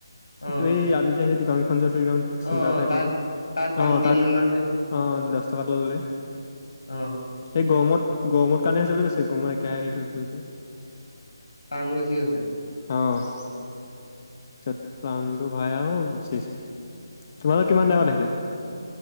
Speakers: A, on the left (about 65°); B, on the left (about 35°).
A: অ
B: তুমি আমি যে সেই দোকানত? <unintelligible> চেন্তাৰ
A: অ
B: টাইপৰ
A: তাত
B: যে,
A: তাত পাম
B: অ'
A: দি
B: তাত
A: ললা নে
B: অ' দছ টকা এটা ললে।
A: অহ।
B: এই গৰমত গৰমত কাৰণে হৈছে বুলি ‌কৈছে, ‌গৰমত একেৰাহে হেৰি কৰি <unintelligible>
A: পাম গুচি গৈছে?
B: অ' পিছত পামটো ভৰাই আৰু গুচি আহিছো। তোমালোক কিমান টাইমত আহিলে?